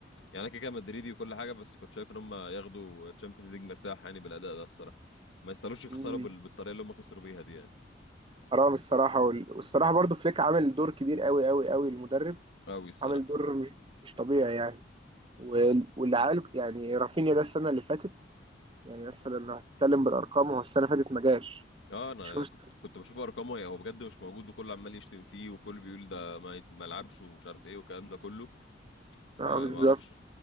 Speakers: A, on the left; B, on the right.
A: يعني انا كده كده مدريدي وكل حاجه بس كنت شايف ان هم ياخدوا تشامبيونز ليج مرتاح يعني بالاداء ده الصراحه ما يستاهلوش يخسروا
B: مم.
A: بال- بالطريقه اللي هم خسروا بيها دي يعني
B: حرام الصراحة وال- والصراحة برضو فليك عامل دور كبير قوي قوي قوي المدرب
A: قوي الصراحه
B: عامل دور مش مش طبيعي يعني وال- واللي عال يعني رافينيا ده السنة اللي فاتت يعني مثلا لو هتتكلم بالأرقام هو السنة اللي فاتت ما جاش
A: اه انا
B: شوف
A: كنت كنت بشوف ارقامه هي هو بجد مش موجود وكله عمال يشتم فيه وكله بيقول ده ما يت- ما يلعبش ومش عارف ايه والكلام ده كله
B: اه
A: آه
B: بالظبط
A: ما اعرفش